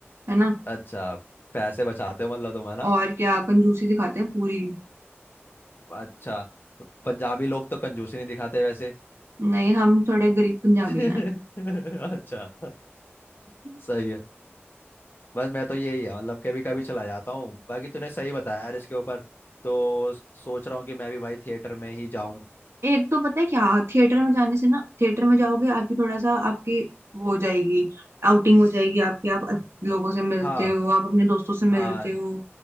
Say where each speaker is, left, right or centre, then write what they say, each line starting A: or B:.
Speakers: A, on the right; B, on the left.
A: है ना
B: अच्छा पैसे बचाते हो मतलब तुम है ना
A: और क्या कंजूसी दिखाते हैं पूरी
B: अच्छा पंजाबी लोग तो कंजूसी नहीं दिखाते वैसे
A: नहीं हम थोड़े गरीब पंजाबी
B: <laughs>
A: हैं
B: अच्छा <laughs>
A: <laughs>
B: सही है बस मैं तो यही है मतलब कभी कभी चला जाता हूँ बाकी तूने सही बताया यार इसके ऊपर तो सोच रहा हूँ कि मैं भी भाई थिएटर में ही जाऊँ
A: एक तो पता है क्या थिएटर में जाने से ना थिएटर में जाओगे आपकी थोड़ा सा आपकी वो हो जाएगी आउटिंग हो जाएगी आपकी आप लोगों से मिलते
B: हाँ
A: हो आप अपने दोस्तों से मिलते
B: हाँ
A: हो